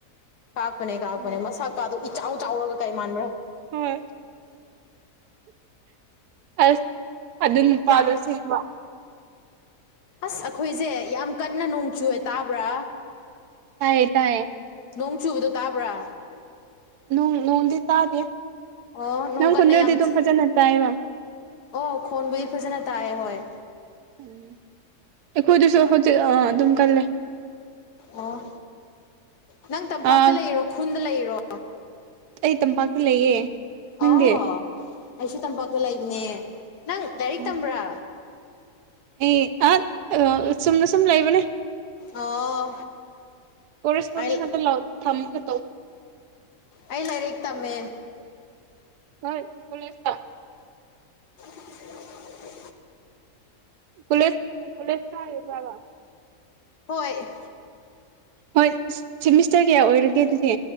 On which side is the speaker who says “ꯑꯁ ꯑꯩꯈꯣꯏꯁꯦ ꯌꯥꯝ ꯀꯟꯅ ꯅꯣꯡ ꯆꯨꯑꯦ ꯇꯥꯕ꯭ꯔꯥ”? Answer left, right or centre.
Left